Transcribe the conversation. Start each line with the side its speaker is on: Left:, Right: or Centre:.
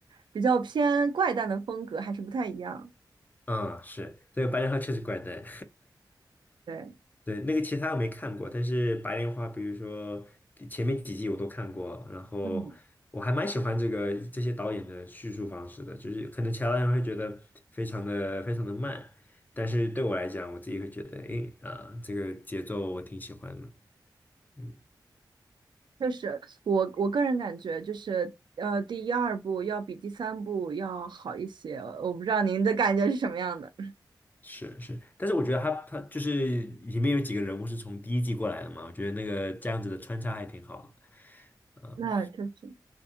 Right: 比较偏怪诞的风格还是不太一样。
Left: 嗯，是这个白莲花确实怪诞，
Right: 对，
Left: <laughs> 对，那个其他我没看过，但是白莲花，比如说前面几季我都看过，然后我还蛮喜欢这个这些导演的叙述方式的，
Right: 嗯，
Left: 就是可能其他人会觉得非常的非常的慢，但是对我来讲，我自己会觉得，诶，啊、这个节奏我挺喜欢的，嗯，
Right: 确实，我我个人感觉就是呃，第一二部要比第三部要好一些。我不知道您的感觉是什么样的。
Left: 是是，但是我觉得他他就是里面有几个人物是从第一季过来的嘛，我觉得那个这样子的穿插还挺好的，嗯
Right: 那确实。